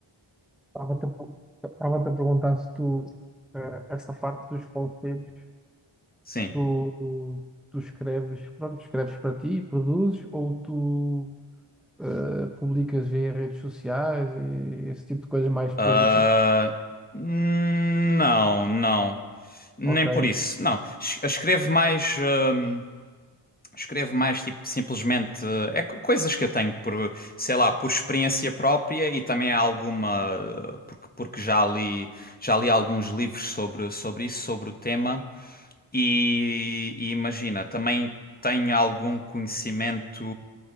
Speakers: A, in the centre; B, on the left.
A: a per- estava-te a perguntar se tu, eh, essa parte dos conselhos,
B: Sim.
A: tu, tu escreves, pronto, escreves para ti e produzes, ou tu eh, públicas via redes sociais e esse tipo de coisas mais públicas.
B: Ah, não, não. Nem
A: Ok,
B: por isso. Não. Es- Escrevo mais. hum, escrevo mais, tipo, simplesmente. eh, É co- coisas que eu tenho por, sei lá, por experiência própria e também há alguma. eh, Porque, porque já li, já li alguns livros sobre, sobre isso, sobre o tema. E, e imagina, também tem algum conhecimento